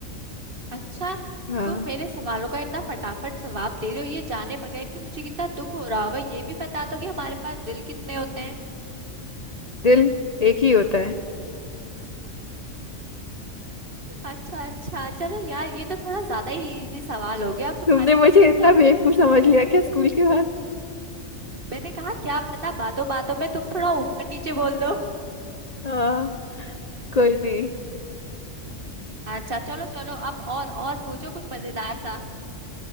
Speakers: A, on the right; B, on the left.
A: अच्छा
B: हाँ
A: तुम मेरे सवालों का इतना फटाफट जवाब दे रहे हो ये जाने बगैर कि मुझे कितना दुख हो रहा होगा ये भी बता दो कि हमारे पास दिल कितने होते हैं
B: दिल एक ही होता है
A: अच्छा अच्छा चलो यार ये तो थोड़ा ज्यादा ही इजी सवाल हो गया अब तुम्हारे
B: तुमने
A: लिए
B: मुझे
A: कुछ
B: इतना बेवकूफ समझ लिया क्या स्कूल के बाद
A: मैंने कहा क्या पता बातों बातों में तुम थोड़ा ऊपर नीचे बोल दो
B: हाँ कोई नहीं
A: अच्छा चलो चलो अब और और पूछो कुछ मजेदार सा